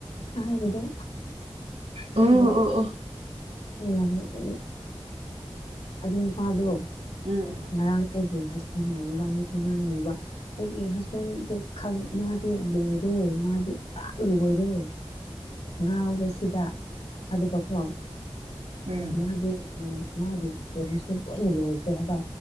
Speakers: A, on the left; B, on the right.
A: ꯍꯥꯏꯔꯦꯗꯣ
B: ꯑꯣ
A: ꯑꯗꯨꯒ
B: ꯑꯣ ꯑꯣ
A: ꯑꯩ ꯌꯥꯝ ꯅꯣꯛꯅꯤꯡꯕ ꯑꯗꯨ ꯅꯨꯄꯥꯗꯣ
B: ꯎꯝ ꯎꯝ
A: ꯉꯔꯥꯡ ꯑꯩꯒꯤ ꯍꯁꯕꯦꯟꯒ ꯃꯕꯥꯟꯅꯤꯁꯨ ꯉꯥꯡꯅꯩꯕ ꯑꯩꯒꯤ ꯍꯁꯕꯦꯟꯗꯨ ꯈꯪ ꯃꯥꯗꯤ ꯂꯣꯏꯔꯦ ꯃꯥꯗꯤ ꯄꯨꯔꯥ ꯂꯣꯏꯔꯦ ꯉꯥꯎꯔꯦ ꯁꯤꯗ ꯑꯗꯨꯒꯀꯣ
B: ꯎꯝ
A: ꯃꯥꯗꯤ ꯎꯝ ꯃꯥꯒꯤ ꯇꯦꯛꯅꯤꯁꯨ ꯂꯣꯏꯅ ꯂꯣꯏꯈ꯭ꯔꯦ ꯍꯥꯏꯕ